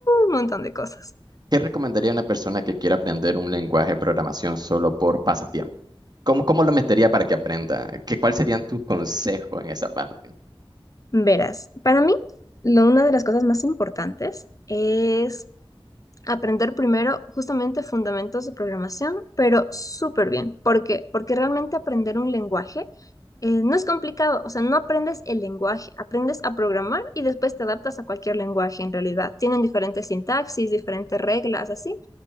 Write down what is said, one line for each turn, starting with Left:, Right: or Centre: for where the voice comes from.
Left: un montón de cosas.
Right: ¿Qué recomendaría a una persona que quiera aprender un lenguaje de programación solo por pasatiempo? ¿Cómo, cómo lo metería para que aprenda? ¿Qué, cuál serían tus consejos en esa parte?
Left: Verás, para mí, lo- una de las cosas más importantes es aprender primero justamente fundamentos de programación, pero súper bien. ¿Por qué? Porque realmente aprender un lenguaje eh, no es complicado, o sea, no aprendes el lenguaje, aprendes a programar y después te adaptas a cualquier lenguaje en realidad. Tienen diferentes sintaxis, diferentes reglas, así,